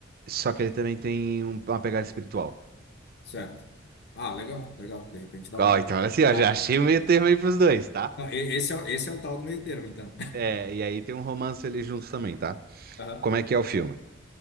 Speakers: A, on the right; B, on the left.
A: só que ele também tem um- uma pegada espiritual.
B: certo. Ah, legal, legal, de repente dá uma
A: Ó, então olha
B: misturada.
A: assim, ó, já achei
B: aí.
A: o meio termo aí pros dois, tá?
B: Não, e- esse é, o- esse é o tal do meio termo, então. <laughs>
A: É, e aí tem um romance ali juntos também, tá?
B: Aham.
A: Como é que é o filme?